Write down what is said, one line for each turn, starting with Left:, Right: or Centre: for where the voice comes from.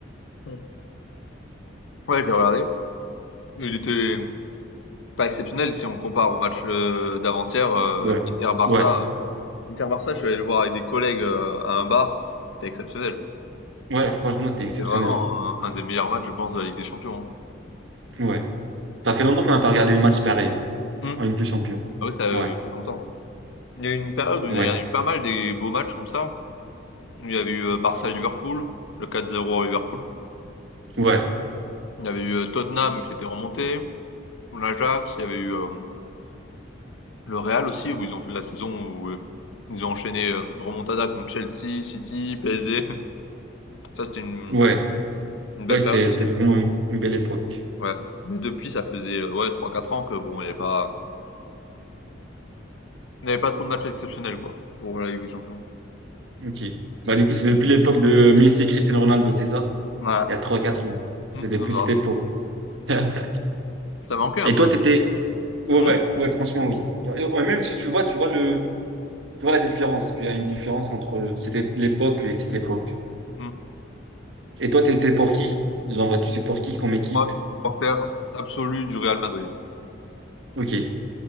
Left: Mmh. Ouais, je l'ai regardé. Il était pas exceptionnel si on compare au match, heu, d'avant-hier, heu,
Right: Ouais.
Left: Inter-Barça.
Right: Ouais.
Left: Inter-Barça, je suis allé le voir avec des collègues, heu, à un bar, c'était exceptionnel.
Right: Ouais, franchement,
Left: C'était
Right: c'était exceptionnel.
Left: vraiment un un des meilleurs matchs je pense de la Ligue des Champions,
Right: hein. Ouais. Ça fait longtemps qu'on n'a pas regardé le match pareil hein,
Left: hein.
Right: en
Left: Mmh.
Right: Ligue des Champions.
Left: Ah oui, ça, heu,
Right: Ouais.
Left: fait longtemps. Il y a eu une période où il
Right: Ouais.
Left: y a eu pas mal des beaux matchs comme ça. Il y avait eu, heu, Barça-Liverpool, le 4-0 à Liverpool.
Right: Ouais.
Left: Il y avait eu, heu, Tottenham qui était remonté. l'Ajax, il y avait eu euh, le Real aussi, où ils ont fait la saison où euh, ils ont enchaîné euh, remontada contre Chelsea, City, PSG. <laughs> Ça, c'était une,
Right: Ouais.
Left: une belle
Right: Ouais, c'était,
Left: période aussi.
Right: c'était vraiment une une belle époque.
Left: Ouais. Mais depuis, ça faisait euh, ouais, trois quatre ans que bon, il n'y avait pas, il n'y avait pas trop de matchs exceptionnels, quoi, pour la Ligue des Champions.
Right: Ok. Bah, du coup, c'est depuis l'époque de Messi et Cristiano Ronaldo, c'est ça?
Left: Ouais.
Right: Il y a trois quatre ans. C'est
Left: Mm,
Right: depuis
Left: non, non.
Right: cette époque. <laughs>
Left: Ça manquait un
Right: Et
Left: peu.
Right: toi, t'étais, Ouais,
Left: Mm,
Right: ouais, franchement, oui. Et- ouais, même si tu vois, tu vois le, tu vois la différence, qu'il y a une différence entre cette é- l'époque et cette époque.
Left: mm.
Right: Et toi, t'étais pour qui? Genre, bah, tu sais pour qui comme équipe?
Left: Moi, supporter absolu du Real Madrid.
Right: Ok.